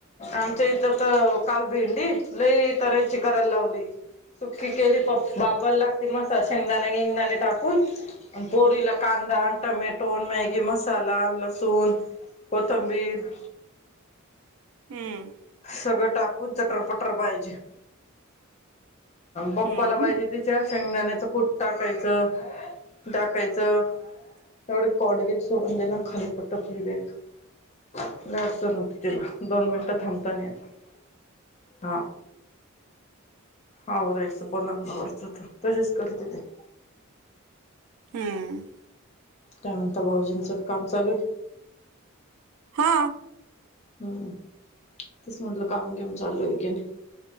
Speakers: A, on the left; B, on the right.
A: आमच्या इतर तर काल भेंडी लई तर्हेची करायला लावली. सुकी केली प बापाला लागते मस शेंगदाण बिंगदाण टाकून पोरीला कां दा टमॅटो मॅगी मसाला लसूण कोथंबीर
B: हम्म.
A: सगळं टाकून चटरपटर पाहीजे. पप्पाला
B: हम्म
A: पाहिजे तिच्या शेंगदाण्याचं कूट टाकायचं टाकायचं एवढे कॉडगेट सोडून दिले खाली पटकली खाली बॅग लइ अडचन हुती तीला दोन मिनिटं थांबता नाइ येत हा हाव रेस लागणारच होती तशीच करते ते
B: हम्म.
A: काय म्हणता भाऊजींचं काम चालूय?
B: हा.
A: हम्म तेच म्हटलं काम बिम चालू हाय की नइ.